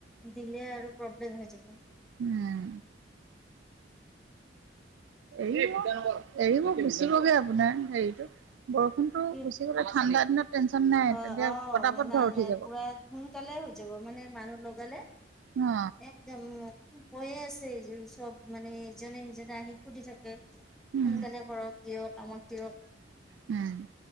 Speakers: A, in the centre; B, on the right.
A: দিলে আৰু প্ৰব্লেম হৈ যাব।
B: উম এৰি এৰিব গুচিবগে আপোনাৰ হেৰিটো। বৰষুণতো
A: কি
B: গুচি গ'লে ঠাণ্ডা দিনত। টেনচন নাই
A: হয়
B: তেতিয়া
A: অ
B: পতাপত
A: নাই
B: ঘৰ উঠি
A: নাই
B: যাব
A: পুৰা সোনকালে হৈ যাব মানে মানুহ লগ। গলে।
B: অ
A: একদম কৈয়ে আছে এইয চব মানে ইজনে সিজনে আহি সুধি থাকে।
B: উম
A: সোনকালে কৰক দিয়ক। কামত দিয়ক।
B: উম।